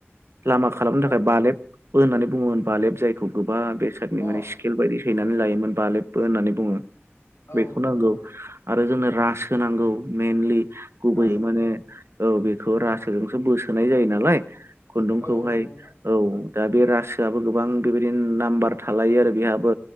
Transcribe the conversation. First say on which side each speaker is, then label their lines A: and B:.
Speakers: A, on the right; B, on the left.
A: लामा खालामनो
B: अ
A: थाखाय बालेबबो होननानै बुङोमोन बालेब जायखौ गोब बा बेसादनि
B: अ
A: माने स्केल बायदि सैनानै लायोमोन बाालेबबो होननानै बुङो
B: औ
A: बेखौ
B: नोंथां
A: नांगौ
B: मोनगौ
A: आरो जोंनो राज होनांगौ मेइेनलि गुबैयै
B: दासो नांगौ
A: माने औ बे थ' रासो जोंसो बोसोनाय जायो नालाय खुन्दुंखौहाय
B: औ नंगौ नोंथां
A: औ दा बे रासोआबो गोबां बेबायदिनो नाम्बार थालायो आरो बेहाबो